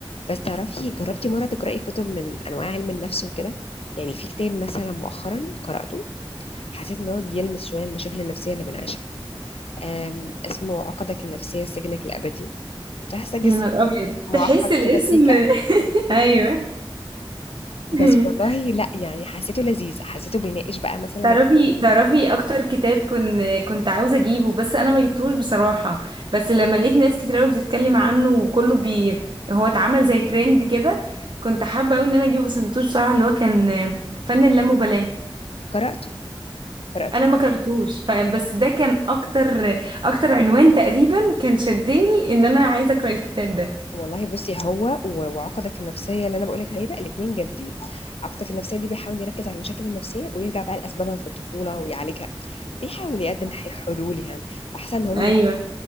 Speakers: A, on the left (about 80°); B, on the right (about 55°).
A: بس تعرفي جربتي مره تقراي كتب من انواع علم النفس وكده يعني في كتاب مثلا مؤخرا قراته حسيت ان هو بيلمس شويه المشاكل النفسيه اللي بنعيشها أم، اسمه عقدك النفسيه سجنك الابدي فحاسه جزء
B: يا نهار أبيض
A: معقد
B: تحس الاسم
A: كده سيكا
B: <laughs> أيوه <laughs>
A: بس والله لا يعني حسيته لذيذ حسيته بيناقش بقى مثلا
B: تعرفي تعرفي اكتر كتاب كنت كنت عاوزه اجيبه بس انا ما جبتهوش بصراحه بس لما لقيت ناس كتير قوي بتتكلم عنه وكله بي هو اتعمل زي ترند كده كنت حابه قوي ان انا اجيبه بس ما جبتهوش بصراحه اللي هو كان فن اللامبالاه
A: قرأته قرأته
B: انا ما قرأتهوش ف- بس ده كان اكتر اكتر عنوان تقريبا كان شدني ان انا عايزه اقرا الكتاب ده
A: والله بصي هو و- وعقدك النفسية اللي أنا بقولك عليه ده الاتنين جامدين عقدك النفسية دي بيحاول يركز على المشاكل النفسية ويرجع بقى لأسبابها في الطفولة ويعالجها بيحاول يقدم ح- حلول يعني فحاسة إن هو
B: ايوه
A: اللي-